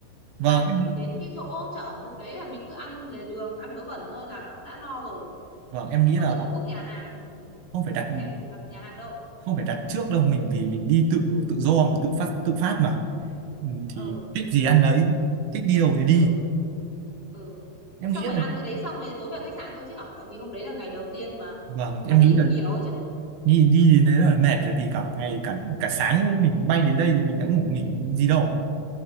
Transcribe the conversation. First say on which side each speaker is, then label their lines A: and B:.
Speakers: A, on the right; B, on the left.
A: Vâng,
B: mà mình
A: em nghĩ-
B: đến cái chỗ chợ ẩm thực đấy là mình cứ ăn lề đường ăn vớ vẩn thôi là nó đã no rồi
A: vâng, em nghĩ
B: không
A: là
B: cần phải book nhà hàng
A: không phải đặt
B: hẹn đặt nhà hàng đâu
A: không phải đặt trước đâu, mình vì mình đi tự tự do mà tự phát tự phát mà. Ừ, thì
B: ừ
A: thích gì ăn đấy, thích đi đâu thì đi.
B: ừ ừ
A: Em
B: thế xong
A: nghĩ
B: rồi
A: là
B: ăn cái đấy xong rồi tối về khách sạn thôi chứ hả tại vì hôm đấy là ngày đầu tiên mà
A: vâng,
B: mà
A: em
B: đi
A: nghĩ là
B: cũng nhiều ấy chứ
A: đi đi đến đấy là mệt rồi vì cả ngày cả cả sáng mình bay đến đây thì mình đã ngủ nghỉ gì đâu,